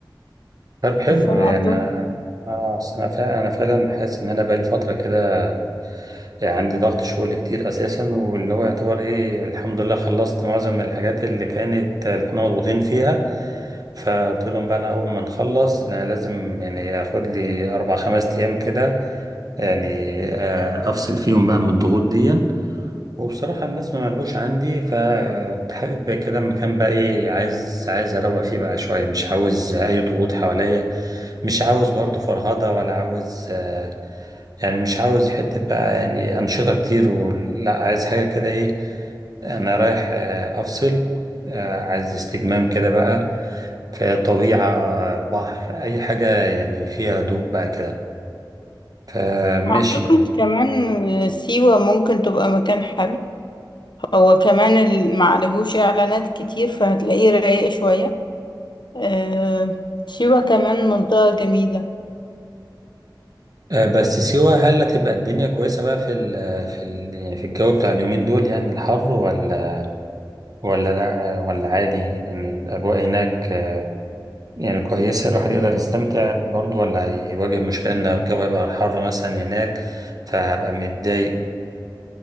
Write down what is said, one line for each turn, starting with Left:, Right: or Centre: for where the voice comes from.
Right: طب حلو
Left: فأعتقد
Right: يعني اه أصل انا فعلا انا فعلا حاسس ان انا بقالي فترة كده عندي ضغط شغل كتير اساسا واللي هو يعتبر ايه الحمد لله خلصت معظم الحاجات اللي كانت اللي كنا مضغوطين فيها فقلت لهم بقى انا اول ما نخلص لا لازم يعني اخد لي اربع خمس ايام كده يعني آه، افصل فيهم بقى من الضغوط دي وبصراحة الناس ما منعوش عندي فكنت حابب كده مكان بقى ايه عايز عايز اروق فيه بقى شوية مش عاوز اي ضغوط حواليا مش عاوز برضو فرهضة ولا عاوز آه، يعني مش عاوز حتة بقى يعني أنشطة كتير ولا عايز حاجة كده إيه أنا رايح آه، أفصل آه، عايز استجمام كده بقى في طبيعة بحر أي حاجة يعني فيها هدوء بقى كده فماشي
Left: أعتقد كمان سيوة ممكن تبقى مكان حلو هو كمان ال- معلهوش إعلانات كتير فهتلاقيه رايق شوية آه، سيوة كمان منطقة جميلة
Right: آه، بس سيوة هل هتبقى الدنيا كويسة بقى في ال في ال يعني في الجو بتاع اليومين دول يعني الحر ولا ولا لا ولا عادي إن الأجواء هناك آه، يعني كويسة الواحد يقدر يستمتع برضه ولا هيواجه مشكلة إن الجو هيبقى حر مثلا هناك فهبقى متضايق